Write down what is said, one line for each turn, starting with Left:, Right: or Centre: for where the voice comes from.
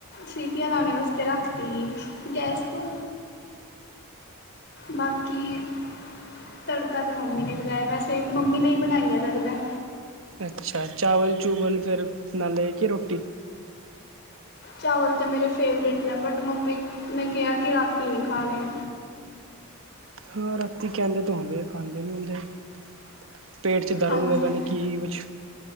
Left: ਸੀਟੀਆਂ ਲਾਣੇ ਵਾਸਤੇ ਰੱਖਤੀ ਹੀ ਗੈਸ ਤੇ ਬਾਕੀ ਤੜਕਾ ਤਾਂ ਮੰਮੀ ਨੇ ਈ ਲਗਾਇਆ, ਵੈਸੇ ਮੰਮੀ ਨੇ ਬਣਾਈ ਐ ਲੱਗਦਾ।
Right: ਅੱਛਾ, ਚਾਵਲ-ਚੂਵਲ ਫਿਰ ਨਾਲੇ ਕੀ ਰੋਟੀ।
Left: ਚਾਵਲ ਤਾਂ ਮੇਰੇ ਫੇਵਰਿਟ ਨੇ, ਬਟ ਮੰਮੀ ਨੇ ਕਿਹਾ ਕਿ ਰਾਤੀਂ ਨਹੀਂ ਖਾਣੇ।
Right: ਹਾਂ, ਰਾਤੀ ਕਹਿੰਦੇ ਤੇ ਹੁੰਦੇ ਨੇ ਖਾਂਦੇ ਨੀ ਹੁੰਦੇ । ਪੇਟ ਚ ਦਰਦ
Left: ਹਾਂਜੀ
Right: ਹੁੰਦਾ, ਪਤਾ ਨਹੀਂ ਕੀ-ਕੀ ਕੁਛ